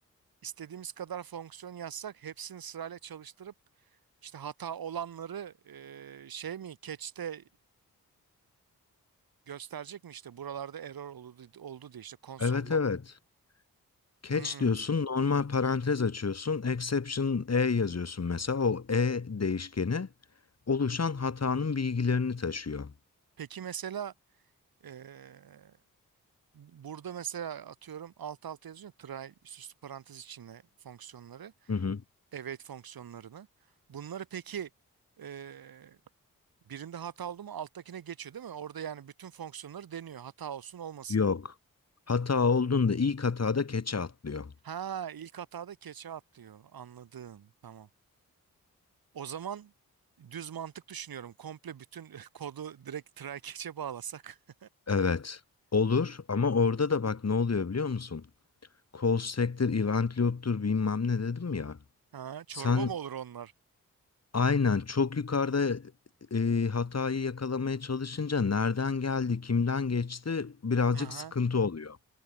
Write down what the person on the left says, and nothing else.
Evet
evet. Catch
diyorsun, normal parantez açıyorsun, exception e yazıyorsun mesela. O e değişkeni oluşan hatanın bilgilerini taşıyor.
Hı hı.
Yok. Hata olduğunda ilk hatada keçe atlıyor.
Evet. Olur ama orada da bak ne oluyor biliyor musun? Call stack'tir, event loop'tur bilmem ne dedim ya.
Sen
aynen çok yukarıda e, hatayı yakalamaya çalışınca nereden geldi, kimden geçti birazcık
sıkıntı oluyor.